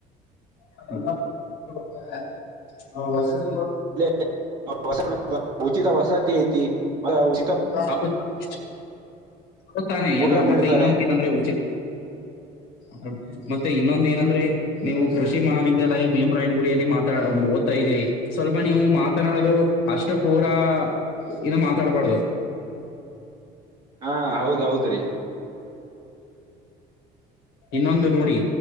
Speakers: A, on the left; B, on the right.
A: <unintelligible> ಅ ವಾಸದ್.
B: ಇಲ್ಲೆ ವಸ <unintelligible> ಉಚಿತ ವಸತಿ ಐತಿ <unintelligible>
A: ದಾಬುದ್ <unintelligible> ಹೌದ್ ತಾನೆ
B: ಊಟ
A: ಎಲ್ಲ
B: ನೀಡ್ತಾರೆ
A: ಮತ್ತೆ ಇನ್ನೊಂದ್ ದಿನ ಅಂದ್ರೆ ಉಚಿತ.
B: <inaudible>
A: ಮಡ್ ಮತ್ತೆ ಇನ್ನೊಂದ್ ಏನಂದ್ರೆ. ನೀವು ಕೃಷಿ ಮಹಾವಿದ್ಯಾಲಯ ಭೀಮ್ ರಾಯ್ನ್ ಗುಡಿಯಲ್ಲಿ ಮಾತ್ರಾ ಓದ್ತಾ ಇದ್ದೀರಿ. ಸ್ವಲ್ಪ ನೀವು ಮಾತನಾಡೋದು ಅಷ್ಟು ಪೂರ ಇನಾ ತಡ್ ಬಡ್ದು.
B: ಹಾ ಹೌದ್ ಹೌದ್ ರಿ.
A: ಇನ್ನೊಂದು ರೂಡಿ.